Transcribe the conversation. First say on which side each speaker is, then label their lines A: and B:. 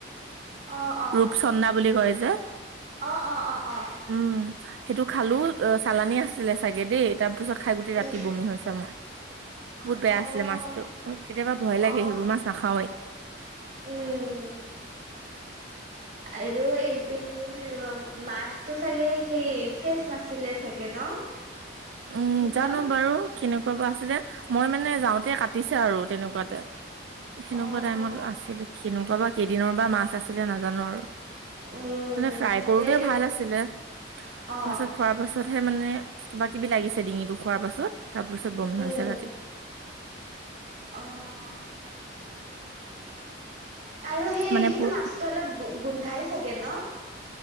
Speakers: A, on the right; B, on the right.
A: অ অ
B: ৰূপচন্দা বুলি কৈ যে-
A: অ, অ, অ, অ,
B: উম, সেইটো খালো অ চালানী আছিলে চাগে দেই তাৰ তাৰপিছত খাই গোটেই ৰাতি
A: উম
B: বমি হৈছে, মোৰ বহুত
A: অ',
B: বেয়া আছিলে মাছতটো কেতিয়াবা ভয় লাগে
A: অ',
B: সেইবোৰ মাছ নাখাওৱেই
A: উম। আৰু এইপিনে, মাছতটো চাগে সেই ফ্ৰেচ নাছিলে চাগে ন। <inaudible>
B: উম,
A: কিবা
B: জানো বাৰু কেনেকুৱা বা আছিলে, মই মানে যাওঁতে কাটিছে আৰু তেনেকুৱাতে। সেনেকুৱা
A: অ',
B: টাইমত আছিল কেনেকুৱা বা কেইদিনৰ বা মাছ আছিলে নাজানো আৰু।
A: উম,
B: মানে ফ্ৰাই
A: সিহঁতে
B: কৰোতে ভাল আছিলে।
A: অ',
B: পাছত খোৱাৰ পাছতহে মানে, কিবা কিবি লাগিছে ডিঙিটো খোৱাৰ পাছত তাৰপিছত বমি
A: উম,
B: হৈছে ৰাতিটো।
A: অ'। আৰু সেই
B: মানে
A: সেইটো
B: পুৰ
A: মাছটো অলপ গোন্ধাই চাগে ন?